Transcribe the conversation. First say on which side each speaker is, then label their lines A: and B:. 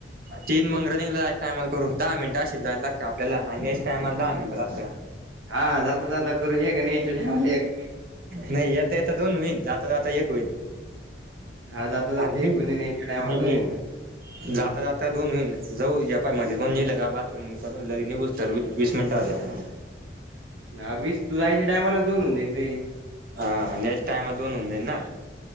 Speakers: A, on the right; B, on the right.
A: तीन मंग रानिंगलाच टायमाला करून दहा मिनटं अ जायला लागत आपल्याला आणि या टायमला दहा मिनटं लागत.
B: हा जाता जाता करू एक आणि याचा टाईमला ऐक.
A: नाही येता येता दोन होईन जाता जाता एक होईन.
B: हा जाता जात
A: अरे
B: एक
A: नाही
B: कोणी याच्या टायम दोन
A: नाही
B: होईन
A: नाही
B: का.
A: जाता जाता दोन होईन जाऊ या पा माझे दोन येल बाथरूम करून लग निघ तर वीस मिनिटावर होत्या.
B: ह वीस जायच्या टायमाला दोन होऊन जाईन रे.
A: हा यायच्या टायम दोन होऊन जाई ना.